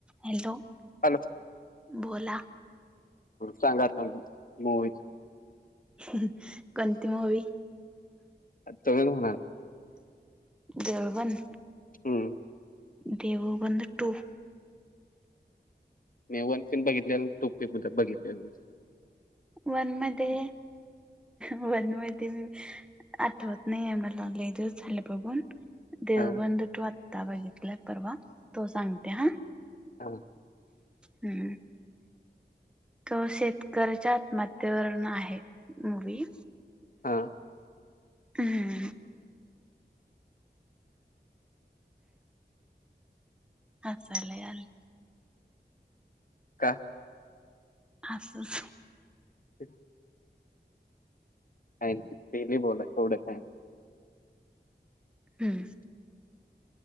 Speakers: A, in the centre; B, on the left (about 50°).
A: Hello!
B: Hello!
A: बोला
B: सांगा आता मूवीच
A: ह्.. ह्.. कोणती मूवी?
B: तुम्ही म्हणाल
A: देवगण
B: हम्म्म्
A: देऊळ बंद टू
B: मी वन बघितल नाही, टू बी बघितले नाही.
A: वन मध्ये - वन मध्ये आठवत नाही आहे मला लय दिवस झालं बघून. देऊळ
B: हा
A: बंद टू आता बघितलंय परवा, तो सांगते हा
B: हा
A: हम्म तो शेतकऱच्या आत्महत्येवरून आहे मूवी
B: हा
A: हम्म हसायला यायल.
B: का?
A: असच
B: हठी <unintelligible> काय तेे नाही बोला एवढं काय?
A: हम्म